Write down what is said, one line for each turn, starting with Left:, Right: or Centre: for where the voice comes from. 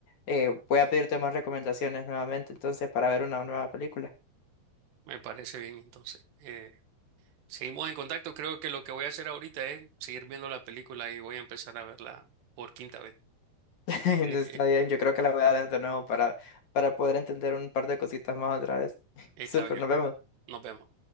Left: eh, voy a pedirte más recomendaciones nuevamente, entonces, para ver una nueva película.
Right: Me parece bien entonces. Eh, seguimos en contacto, creo que lo que voy a hacer ahorita es seguir viendo la película y voy a empezar a verla por quinta vez.
Left: <laughs> Entonces,
Right: <laughs>
Left: está bien, yo creo que la voy a ver de nuevo para, para poder entender un par de cositas más otra vez. <laughs>
Right: Está
Left: Súper,
Right: bien,
Left: nos vemos.
Right: nos vemos.